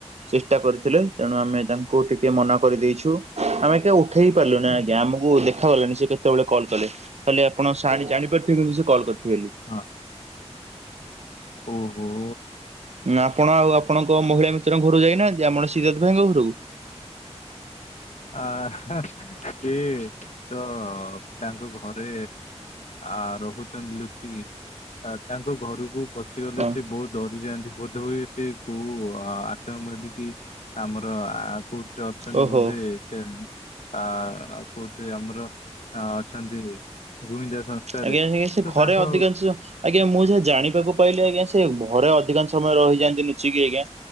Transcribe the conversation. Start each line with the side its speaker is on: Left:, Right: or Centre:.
Right: ଚେଷ୍ଟା କରିଥିଲେ, ତେଣୁ ଆମେ ତାଙ୍କୁ ଟିକେ ମନା କରିଦେଇଛୁ। ଆମେ ଏତେକ ଉଠେଇ ପାରିଲୁନି ଆଜ୍ଞା ଆମକୁ ଦେଖାଗଲାନି ସେ କେତେ କେତେବେଳେ କଲ କଲେ ତାହେଲେ ଆପଣ ସାର ଜାଣିପାରୁଥିବେ କିନ୍ତୁ ସେ କଲ୍ କରିଥିବେ ବୋଲି।
Left: ହଁ। ଓହୋ
Right: ଆପଣ ଆଉ ଆପଣଙ୍କ ମହିଳା ମିତ୍ରଙ୍କ ଘରୁକୁ ଯାଇନାହାନ୍ତି। ଆପଣ ସିଧଥ ଭାଇଙ୍କ ଘରକୁ।
Left: ଆହା ସିଏ ତ ତାଙ୍କ ଘରେ ଆ ରହୁଚନ୍ତି ଲୁଚିକି। ତା ତାଙ୍କ ଘରକୁ ପଶିଗଲେ
Right: ହଁ
Left: ସେ ବହୁତ ଡରିଯାଆନ୍ତି। ବୋଧ ହୁଏ ସେ କୋଉ ଆ ଆତଙ୍କବାଦୀକି ଆମର ଆ କୋଉଥିରେ ଅଛନ୍ତି
Right: ଓହୋ
Left: ବୋଧେ କେ ଆ ଆଉ କଉଥିରେ ଆମର ର ଅଛନ୍ତି ଗୁଇନ୍ଦା ସଂସ୍ଥାରେ,
Right: ଆଜ୍ଞା ଆଜ୍ଞା ସେ
Left: ତ
Right: ଘରେ
Left: ତାଙ୍କ
Right: ଅଧିକାଂଶ ଆଜ୍ଞା, ମୁଁ ଯାହା ଜାଣିବାକୁ ପାଇଲି ଆଜ୍ଞା
Left: ଆ,
Right: ସେ ଘରେ ଅଧିକାଂଶ ସମୟ ରହିଯାନ୍ତି ଲୁଚିକି ଆଜ୍ଞା।